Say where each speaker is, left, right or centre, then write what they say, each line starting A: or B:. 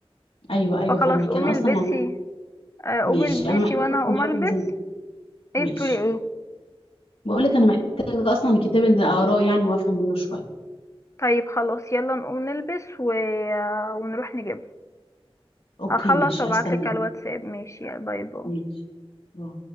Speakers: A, on the left; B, on the left.
A: ايوه ايوه
B: فخلاص
A: فاهمك
B: قومي
A: انا اصلا
B: البسي
A: يعني
B: آه، قومي
A: ماشي
B: البسي
A: انا محتاجه
B: وانا
A: اصلا
B: هقوم
A: حاجه
B: البس
A: اللي زي دي
B: ايه
A: ماشي
B: بتقولي ايه
A: بقول لك انا محتاجه اصلا الكتاب اللي اقراه يعني وافهم منه شويه
B: طيب خلاص يلا نقوم نلبس و... ونروح نجيبه
A: اوكي
B: هخلص
A: ماشي
B: وابعتلك
A: هستناك
B: على الواتساب ماشي يلا باي باي
A: ماشي باي.